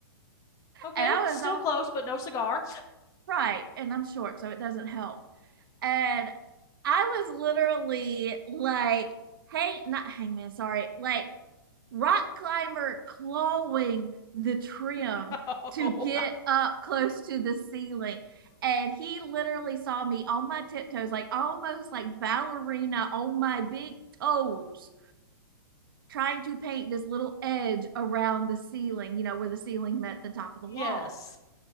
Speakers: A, on the left; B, on the right.
A: Okay.
B: And I
A: Still
B: was all
A: close, but no cigar.
B: right. And I'm short, so it doesn't help. And I was literally like, hang, not hangman, sorry, like rock climber clawing the trim
A: <laughs>
B: to get
A: oh,
B: up close to the ceiling. And he literally saw me on my tiptoes, like almost like ballerina on my big toes, trying to paint this little edge around the ceiling, you know, where the ceiling met the top of the
A: yes.
B: wall.